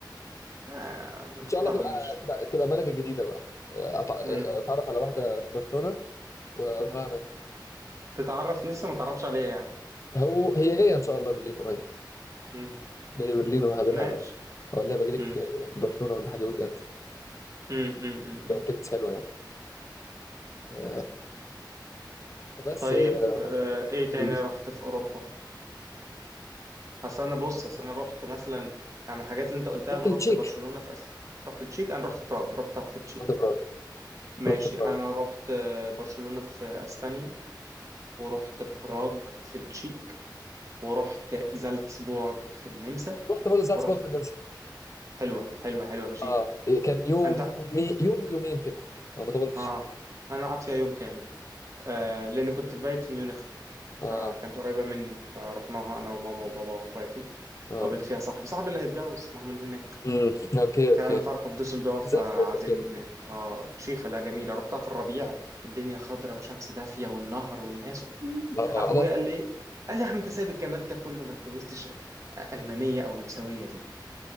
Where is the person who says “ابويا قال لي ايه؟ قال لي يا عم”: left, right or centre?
Right